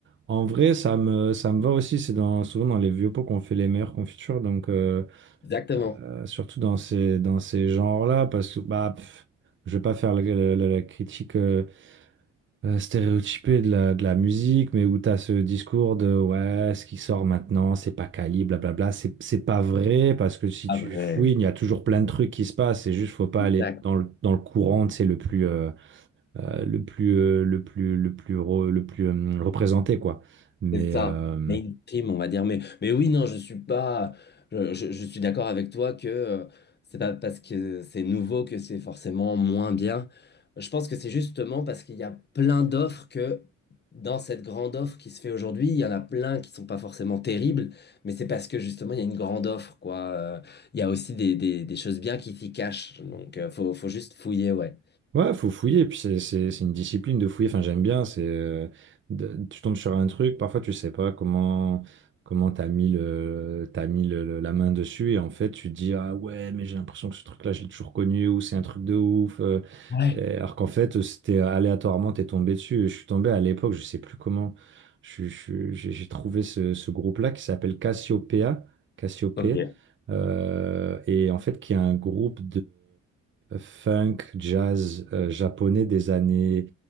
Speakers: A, on the right; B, on the left.
A: en vrai, ça me, ça me va aussi. C'est dans, souvent dans les vieux pots qu'on fait les meilleures confitures. Donc, euh,
B: Exactement.
A: euh, surtout dans ces, dans ces genres-là, parce que, bah, pff, je vais pas faire le- le- le- la critique. euh, euh, stéréotypé de la, de la musique, mais où tu as ce discours de ouais, ce qui sort maintenant, c'est pas quali, blablabla. C'est, c'est pas vrai parce que si
B: Après,
A: tu fouilles, il y a toujours plein de trucs qui se passent. C'est juste, faut pas
B: exact.
A: aller dans le, dans le courant, c'est le plus, euh, euh, le plus, euh, le plus, le plus, re- le plus, euh, représenté, quoi. Mais,
B: C'est ça,
A: euh,
B: mainstream, on va dire. Mais, mais oui, non, je suis pas. Je, je- je suis d'accord avec toi que euh, c'est pas parce que c'est nouveau que c'est forcément moins bien. Je pense que c'est justement parce qu'il y a plein d'offres que dans cette grande offre qui se fait aujourd'hui, il y en a plein qui sont pas forcément terribles, mais c'est parce que justement il y a une grande offre, quoi. Euh, il y a aussi des, des- des choses bien qui s'y cachent. Donc euh, faut, faut juste fouiller, ouais.
A: Ouais, faut fouiller, puis c'est c'est- c'est une discipline de fouiller, enfin j'aime bien, c'est euh, de- tu tombes sur un truc, parfois tu sais pas comment comment t'as mis le t'as mis le- le- la main dessus et en fait tu te dis ah ouais mais j'ai l'impression que ce truc-là je l'ai toujours connu ou c'est un truc de ouf euh,
B: Ouais.
A: et alors qu'en fait euh, c'était euh, aléatoirement t'es tombé dessus. Je suis tombé à l'époque, je sais plus comment, je suis- je suis- j'ai j'ai trouvé ce, ce groupe-là qui s'appelle Cassiopeia, Cassiopeia
B: Ok,
A: euh, et en fait qui est un groupe funk, jazz euh, japonais des années